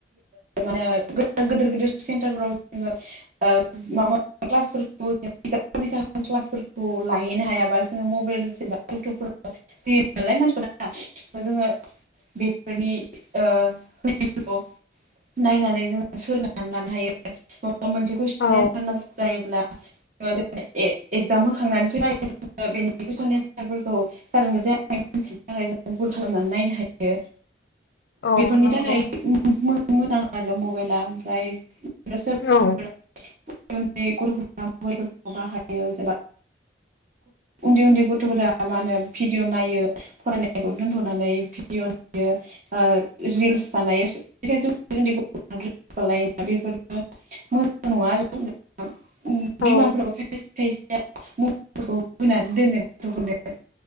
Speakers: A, on the right; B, on the left.
A: माने <unintelligible> गिदिर गिदिर सेन्टारफ्राव जोङो ओ माबा क्लासफोरखौ <unintelligible> क्लासफोरखौ लाहैनो हायाबा जोङो मबाइल जेनेबा इउटुबफो <unintelligible> होयो नालाय मानसिफोरा ओ जोङो बेफोरनि ओ <unintelligible> नायनानै जोङो सोलोंनानै लानो हायो आरो मबेबा मोनसे कुइसननि
B: औ
A: एन्सार नांगौ जायोब्ला ओ ए एगजाम होखांनानै फैबाय <unintelligible> बेनि कुइसन एन्सारफोरखौ जादों ना जायाखै मिथिनो थाखाय जों गुल खालामनानै नायनो हायो।
B: औ
A: बिफोरनि
B: नंगौ
A: थाखाय मो- मो- मोजां आरो मबाइला ओमफ्राय <unintelligible>
B: औ
A: <unintelligible> बाहायो जेनबा उन्दै उन्दै गथ'फोरा मा होनो भिडिअ' नायो फरायनायखौ दोन्थ'नानै भिडिअ' <unintelligible> यो ओ रिल्स बानायो <unintelligible> बेफोरखो <unintelligible>
B: औ
A: बिमाफोराबो खायसे खायसेया मबेलफोरखौ होनानै दोनो गथ'फोरनो